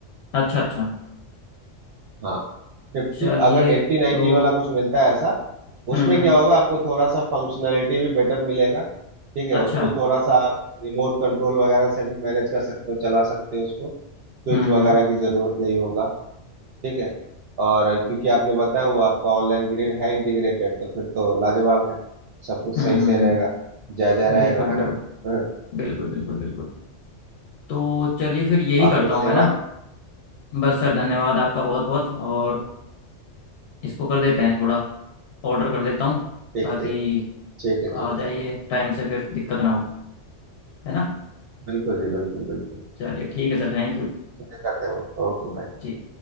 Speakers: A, on the left; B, on the right.
A: अच्छा अच्छा
B: हाँ फिफ्टी
A: चलिए
B: अगर 80 90
A: तो
B: वाला कुछ मिलता है ऐसा
A: हम्म
B: उसमें
A: हम्म
B: क्या होगा आपको थोड़ा सा फंक्शनैलिटी भी बेटर मिलेगा ठीक है
A: अच्छा
B: उसको थोड़ा सा आप रिमोट कंट्रोल वगैरह से भी मैनेज कर सकते हो चला सकते हो उसको स्विच
A: हम्म
B: वगैरह
A: हम्म
B: की जरूरत नहीं होगा ठीक है और क्योंकि आपने बताया वो आपका ऑनलाइन ग्रेड है इंटीग्रेटेड तो फिर तो लाजवाब है सब कुछ
A: हम्म
B: सही
A: हम्म
B: से रहेगा
A: हम्म,
B: जायजा रहेगा
A: बिल्कुल
B: है
A: बिल्कुल
B: ना <laughs> हाँ,
A: बिल्कुल बिल्कुल बिल्कुल तो चलिए फिर यही
B: और
A: करता
B: कोई
A: हूँ
B: सेवा
A: मैं ना बस सर धन्यवाद आपका बहुत बहुत और इसको कर देते हैं थोड़ा ऑर्डर कर देता हूँ
B: ठीक
A: ताकि
B: ठीक ठीक है ठीक
A: आ
B: है
A: जाइए टाइम से फिर दिक्कत ना हो है ना
B: बिल्कुल जी बिल्कुल बिल्कुल
A: चलिए ठीक है सर थैंक यू
B: चलिए करते हैं ओके बाय
A: जी